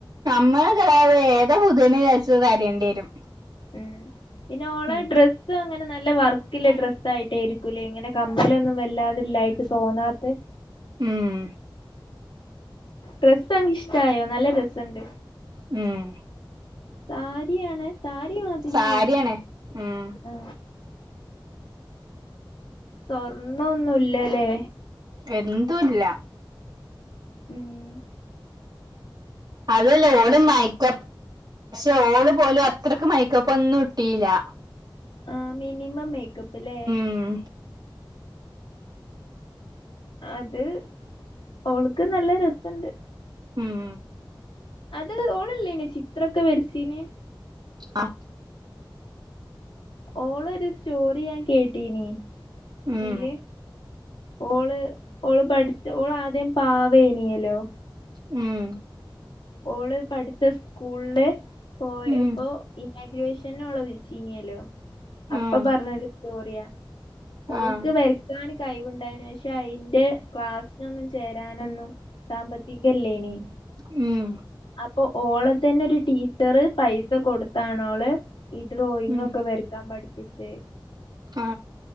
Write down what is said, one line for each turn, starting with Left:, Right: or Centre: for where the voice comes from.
Right: നമ്മൾ ഏത പുത്യണ്ണ് വരിച്ചത് തരേണ്ടി വരും
Left: ഉം പിന്നെ ഓളെ
Right: ഉം
Left: ഡ്രസ്സ് അങ്ങനെ നല്ല വർക്കില്ല ഡ്രസയിട്ടേ രിക്കൂലേ ഇങ്ങനെ കമ്മലൊന്നും വല്ലാതില്ലായിട്ട് തൊന്നാത്ത്
Right: ഉം
Left: ഡ്രസ്സ് അൻക്ക് ഇഷ്ടായോ നല്ല ഡ്രസ്സുണ്ട്
Right: ഉം
Left: സാരിയണ സാരി മാതിരി
Right: സാരിയാണ്
Left: വര
Right: ഉം
Left: ആ സ്വർണൊന്നുല്ലല്ലേ
Right: എന്തുല്ല
Left: ഉ്മ്
Right: അതല്ല ഓള് മായക്ക പക്ഷെ ഓള് പോലും അത്ര മൈക്കോപ്പ ഒന്നും ഇട്ടില്ല
Left: ആ മിനിമം മേക്കപ്പല്ലേ
Right: ഉം
Left: അത് ഓൾക്ക് നല്ല രസുണ്ട്
Right: ഉം
Left: അത് ഓളല്ലേന ചിത്രൊക്കെ വരച്ചീന്?
Right: ആഹ്
Left: ഓളൊരു സ്റ്റോറി ഞാൻ കേട്ടീന്
Right: ഉം
Left: തില്. ഓള് ഓള് പഠിച്ച് ഓൾ ആദ്യം പാവേയ്നേലോ.
Right: ഉം
Left: ഓള് പഠിച്ച സ്കൂളില് പോയപ്പൊ
Right: ഉം
Left: ഇന്നാഗ്രേഷന്ന് ഓളെ വിൾച്ചീനേലോ അപ്പൊ
Right: ഉം
Left: പറഞ്ഞൊരു സ്റ്റോറിയാ ഓൾക്ക്
Right: ആഹ്
Left: വ ക്കാന് കൈവുണ്ടായിന് പക്ഷെ അയ് ന്റെ ക്ലാസിനൊന്നും ചേരാനൊന്നും സാമ്പത്തി ത്തികല്ലേനി
Right: ഉം
Left: അപ്പൊ ഓളത്തന്നെ ഒരു ടീച്ചറ് പൈസ സ കൊടുത്താണോള് ഈ ഡ്രോയിങ്
Right: ഉം
Left: ഒക്കെ വരക്കാൻ പഠപ്പിച്ച്
Right: ആ